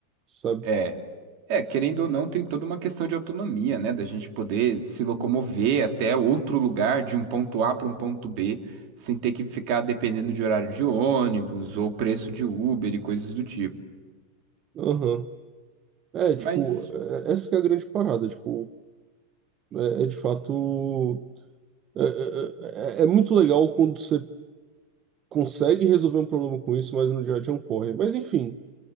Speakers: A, on the right; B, on the right.
A: sabe?
B: É. É, querendo ou não, tem toda uma questão de autonomia, né? Da gente poder se locomover até outro lugar, de um ponto A para um ponto B, sem ter que ficar dependendo de horário de ônibus ou preço de Uber e coisas do tipo.
A: Aham. É,
B: Mas
A: tipo, é- essa que é a grande parada, tipo, é, é de fato. É, é- é- é é muito legal quando você consegue resolver um problema com isso, mas no dia a dia é um porre. Mas enfim,